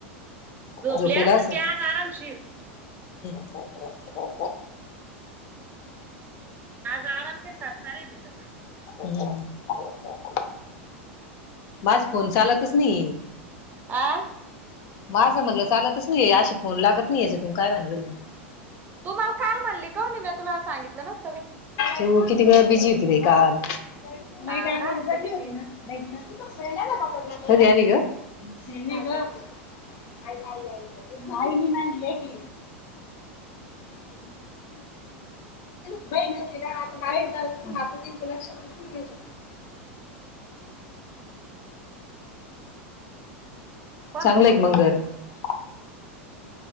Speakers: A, on the right (about 25°); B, on the left (about 50°).
A: झोपली
B: झोपेला
A: असल
B: असेल
A: ती आज आरामशीर
B: <unintelligible>
A: आज आराम के सात चालूय तिच.
B: <unintelligible> माज फोन चालतच नहीय
A: आ
B: माझं म्हणलं चालतच नाही अशी फोन लागत नाही ह्याचातुन काय भानगड आहे?
A: तू मला काल म्हणली का नाही मी तुला सांगितलं नसतं का
B: तो किती वेळ बिझी होती बाई काल? नाही
A: अ
B: डागर
A: काय होतं
B: झरली
A: तिथे
B: होती ना नाही नक्की तो फ्रेंड आहे न कधी आली ग सिमी ग आई आई आई आई नाय मी नाय म्हटले की बहीण असलेला आता बाहेर जातो. आता किनती लक्षातच निघयचो.
A: च च कोणाला
B: चांगलंय
A: बोलत
B: एक मंगर
A: होती?
B: ह्